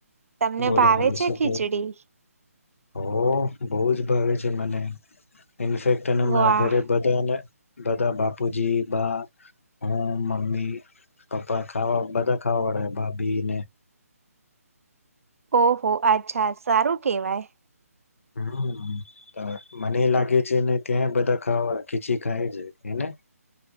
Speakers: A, on the right; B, on the left.
A: તમને
B: બોલો
A: ભાવે
B: બોલો
A: છે
B: શું
A: ખીચડી
B: કે હો બહ જ ભાવે છે મને ઇનફેક્ટ એના
A: વાહ
B: ઘરે બધાને બધા બાપુજી બા હું મમ્મી પપ્પા ખાવા બધા ખાવા વાળા બાપ બને
A: ઓહો અચ્છા સારું કેવાય
B: હમ મને એ લાગે છે ને ત્યાં બધા ખાવા ખીચી ખાય છે એને